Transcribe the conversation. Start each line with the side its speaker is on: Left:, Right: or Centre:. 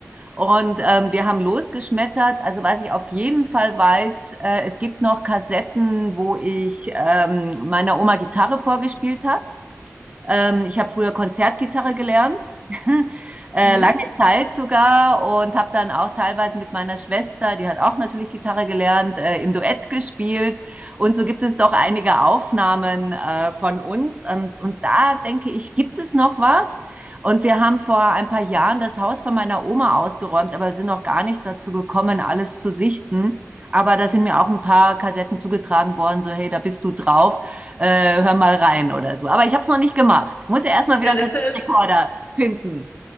Right: Und ähm, wir haben losgeschmettert. Also was ich auf jeden Fall weiß, äh, es gibt noch Kassetten, wo ich ähm, meiner Oma Gitarre vorgespielt habe. Ähm, ich habe früher Konzertgitarre gelernt, <laughs> äh,
Left: Mhm.
Right: lange Zeit sogar und habe dann auch teilweise mit meiner Schwester, die hat auch natürlich Gitarre gelernt, äh, im Duett gespielt. Und so gibt es doch einige Aufnahmen äh, von uns. Und, und da denke ich, gibt es noch was? Und wir haben vor ein paar Jahren das Haus von meiner Oma ausgeräumt, aber sind noch gar nicht dazu gekommen, alles zu sichten. Aber da sind mir auch ein paar Kassetten zugetragen worden, so hey, da bist du drauf äh, hör mal rein oder so. Aber ich habe es noch nicht gemacht. Ich muss ja erstmal
Left: Ja,
Right: wieder einen
Left: das
Right: Kassettenrekorder
Left: ist ja
Right: finden.